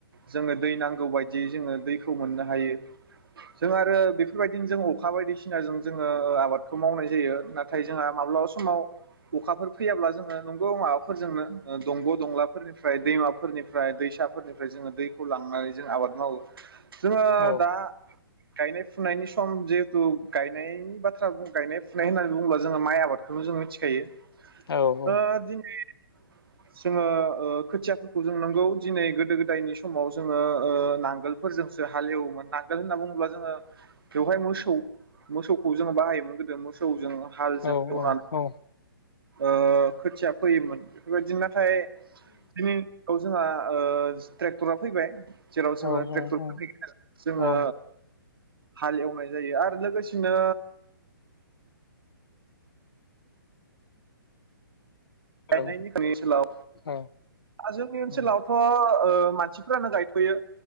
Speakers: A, on the right; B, on the left.
A: जोंनो दै नांगौ बायदियै जोङो दैखौ मोननो हायो जों आरो बेफोरबायदिनो जों अखा बायदिसिनाजों जोङो आबादखौ मावनाय जायो नाथाय जोंहा माब्लाबा समाव अखाफोर फैयाब्ला जोङो नंगौ माबाफोरजोंनो दंग' दंलाफोरनिफ्राय दैमाफोरनिफ्राय दैसाफोरनिफ्राय जोङो दैखौ लांनानै जों आबाद मावो जोङो
B: औ
A: दा गायनाय फुनायनि सम जिहेथु गायनायनि बाथ्रा गायनाय फुनाय होननानै बुङोब्ला जोङो माइ आबादखौनो जों मिथिखायो
B: औ औ
A: आ दिनो जोङो ओ खोथियाफोरखौ जों नोंगौ दिनै गोदो गोदायनि समाव जोङो नांगोलफोरजोंसो हालेवोमोन नांगोल होनना बुङोब्ला जोङो बेवहाय मोसौ मोसौ मोसौखौ जोङो बाहायोमोन गोदो मोसौजों हालजों
B: औ
A: एवनानै
B: औ
A: ओ खोथिया फैयोमोन बेबायदिनो नाथाय दिनै जोंहा ओ ट्रेक्टरा फैबाय जेराव जोङो
B: औ
A: ट्रेक्टर
B: औ
A: <unintelligible> जोङो
B: औ
A: हाल एवनाय जायो आरो लोगोसेनो
B: हेलौ
A: गायनायनि ओनसोलाव
B: औ
A: जोंनि ओनसोलावथ'
B: औ
A: ओ मानसिफोरानो गायथ'यो